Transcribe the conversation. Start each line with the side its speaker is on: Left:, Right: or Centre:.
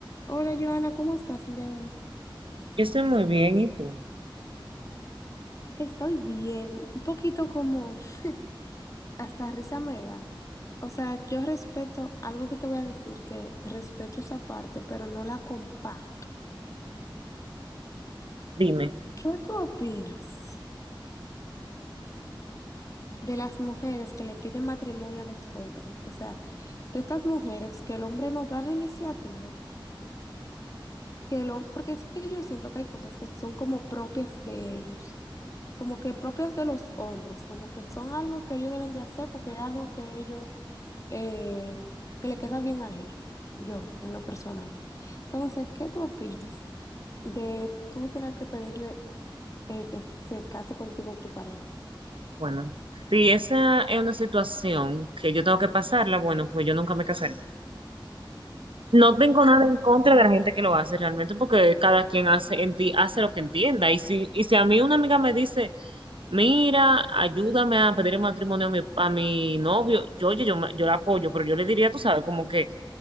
Left: Hola Joana, ¿cómo estás el día de hoy?
Right: Yo estoy muy bien, ¿y tú?
Left: Estoy bien, un poquito como <laughs> hasta risa me da. O sea, yo respeto algo que te voy a decir, que respeto esa parte, pero no la comparto.
Right: Dime.
Left: ¿Qué tú opinas de las mujeres que le piden matrimonio a los hombres? O sea, de estas mujeres que el hombre no da la iniciativa, que el hom- porque es que yo siento que hay cosas que son como propias de ellos. como que propias de los hombres, como que son algo que ellos deben de hacer porque es algo que ellos, eh, que le queda bien a ellos, yo, en lo personal. Entonces, ¿qué tú opinas de tú tener que pedirle eh, que se case contigo tu pareja?
Right: Bueno, si esa es una situación que yo tengo que pasarla, bueno, pues yo nunca me casaré. No tengo nada en contra de la gente que lo hace realmente, porque cada quien hace, enti- hace lo que entienda. Y si, y si a mí una amiga me dice, mira, ayúdame a pedir el matrimonio a mi, a mi novio, yo, oye, yo, me- yo la apoyo, pero yo le diría, tú sabes, como que